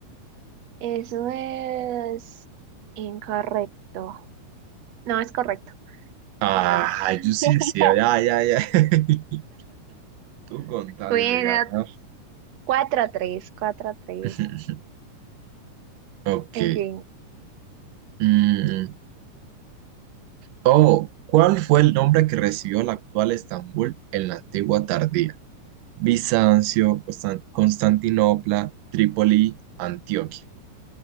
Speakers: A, on the right; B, on the right.
A: Eso es incorrecto. No, es correcto.
B: Ah,
A: Sigamos.
B: yo sí
A: <laughs>
B: decía, ya, ya, ya. <laughs> Tú con tal
A: Bueno,
B: de ganar.
A: 4 a 3, 4 a 3.
B: <laughs> Ok.
A: En fin,
B: Mm, Oh, ¿cuál fue el nombre que recibió la actual Estambul en la antigua Tardía? Bizancio, Constan- Constantinopla, Trípoli, Antioquia.